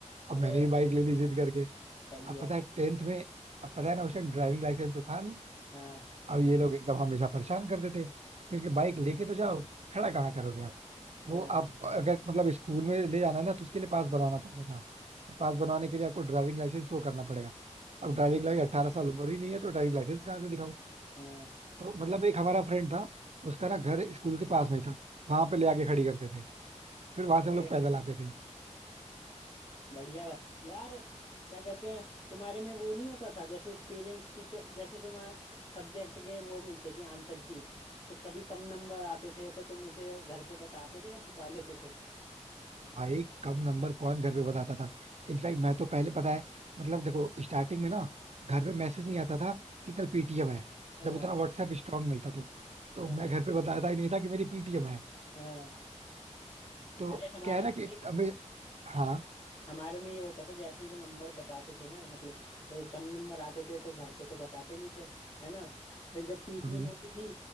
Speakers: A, on the right; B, on the left.
A: अब
B: अरे
A: मैंने भी बाइक ले ली जिद करके
B: सही
A: अब
B: है
A: पता है टेंथ में अब पता है ना उस टाइम ड्राइविंग लाइसेंस तो था नहीं
B: हाँ
A: अब ये लोग एकदम हमेशा परेशान करते थे क्योंकि बाइक लेके तो जाओ खड़ा कहाँ करोगे आप
B: हाँ
A: वो आप अगर मतलब स्कूल में ले जाना है ना तो उसके लिए पास बनवाना पड़ता था तो पास बनवाने के लिए आपको ड्राइविंग लाइसेंस शो करना पड़ेगा अब
B: हाँ
A: ड्राइविंग लाइसेंस अट्ठारह साल उम्र ही नहीं है तो ड्राइविंग लाइसेंस कहाँ से दिखाऊं
B: हाँ
A: तो मतलब एक हमारा फ्रेंड था उसका ना घर स्कूल के पास में ही था वहां पे ले आके खड़ी करते थे फिर वहां
B: अरे
A: से हम लोग पैदल आते थे
B: बढ़िया बा यार क्या कहते हैं तुम्हारे में वो नहीं होता था जैसे पेरेंट्स टीचर जैसे तुम्हारे सब्जेक्ट के वो मिलते थे आंसर शीट तो कभी कम नंबर आते थे तो तुम उसे घर पे बताते थे या छुपा लेते थे
A: भाई कम नंबर कौन घर पे बताता था इनफैक्ट मैं तो पहले पता है मतलब देखो स्टार्टिंग में ना घर पे मैसेज नहीं आता था कि कल पीटीएम है
B: हाँ
A: जब उतना व्हाट्सएप स्ट्रांग नहीं था तो तो
B: हाँ
A: मैं घर पे बताता ही नहीं था कि मेरी पीटीएम है
B: हाँ
A: तो
B: अरे हमारे
A: क्या है
B: में
A: ना कि
B: तो एक
A: हमें हाँ
B: हमारे में ये होता था जैसे ही वो नंबर बताते थे ना मतलब तो कम नंबर आते थे तो घर पे तो बताते नहीं थे है ना फिर जब पीटीएम
A: हम्म,
B: होती थी